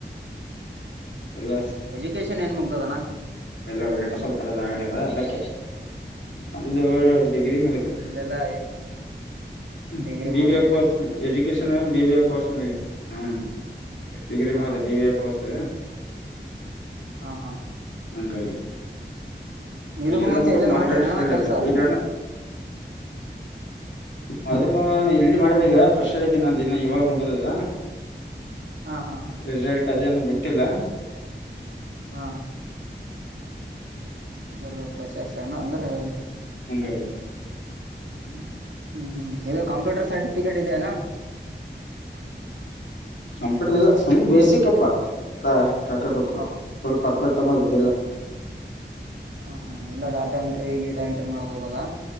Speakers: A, on the left; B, on the right.
A: ಎಲ್ಲ
B: ಎಜುಕೇಶನ್ ಏನ್ ಮುಗ್ದದಣ್ಣ.
A: ಎಲ್ಲ ರೆಡ್ ಸ್ವಲ್ಪ <unintelligible> ಆಗಿದ ಅದಕ್ಕೆ ನಮ್ದು ಡಿಗ್ರಿ. ಮುಗ್ದಾದ
B: ಇಲ್ಲೆಲ್ಲಾ
A: <unintelligible>
B: degree ಮುಗ್ದದನ
A: education. B B A course ಮುಗಿ ಹು ಡಿಗ್ರಿ
B: ಹಾ
A: ಮುಗಿದೆ ಡಿ ಎ ಕೋರ್ಸ್ ಸ.
B: ಹ ಹಾ.
A: ಹಂಗಾಗಿ.
B: ಇದಕ್ಕೂ
A: ಈಗೆಲ್ಲ
B: ಮುಂಚೆ
A: ಅಂದು
B: ಎಲ್ಲೇನ
A: ಮಾರ್ಕೆಟ್
B: ಮಾಡ್ರಿ ಅಣ್ಣ
A: ಫೀಲ್ಡ್ಂ
B: ಕೆಲ್ಸ
A: ಈಗ. ಮೊದಲ್ ಇಲ್ಲಿ ಮಾಡಲಿಗ ಪ್ರೆಷರ್ ಇದ್ದೀ ನ ದಿನ ಇವಾಗ ಮುಗಿದದ.
B: ಹಾ ಹಾ ಹಾ
A: ರಿಸಲ್ಟ್ ಅದೇನ ಬಿಟ್ಟಿಲ್ಲ.
B: ಹಾ. ಅಂದ್ರ ಫ್ರೆಶರ್ಸ್ ಏನ ಅಂದ್ರೆ.
A: ಹಂಗಾಯದ.
B: ಹ್ಮ ಹ್ಮ್ ಹ್ಮ್ ಇದು ಕಂಪ್ಯೂಟರ್ ಸೈಡ್. ಫಿಕೇಟ್ ಆಯ್ತಿ ಏನು.
A: ಸರ್ಟಿಫಿಕೇಟ್ ಇಲ್ಲ ಸುಮ್ ಬೇಸಿಕ್ ಅಪ್ಪ ಟಾಟಾ <unintelligible>
B: ಹ
A: ಫುಲ್ ಪರ್ಫೆಕ್ಟ್. ತೊಗೊಂಡಿದ ಇಲ್ಲ.
B: ಹ ಹಾ ಇಲ್ಲ ಡಾಟಾ ಎಂಟ್ರಿ ಗೀಟಾ ಎಂಟ್ರಿ ಮಾಡ್ಬೋದಲ್ಲಾ.